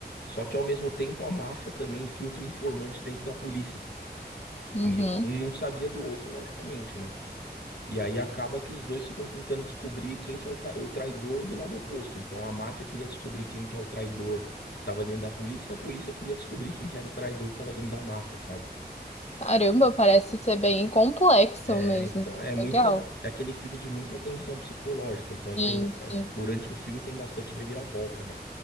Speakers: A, on the left (about 80°); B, on the left (about 40°).
A: Só que ao mesmo tempo a máfia também infiltra o informante dentro da polícia.
B: Uhum.
A: E um não sabia do outro, logicamente, né? E aí acaba que os dois ficam tentando descobrir quem que é o, ta- o traidor do lado oposto. Então a máfia queria descobrir quem que é o traidor que estava dentro da polícia, e a polícia queria descobrir quem que era o traidor que estava dentro da máfia, sabe?
B: Caramba, parece ser bem complexo
A: É,
B: mesmo.
A: então, é muita,
B: Legal.
A: é aquele filme de muita tensão psicológica. Então ele
B: Sim,
A: tem, é,
B: sim.
A: durante o filme tem bastante reviravolta, né?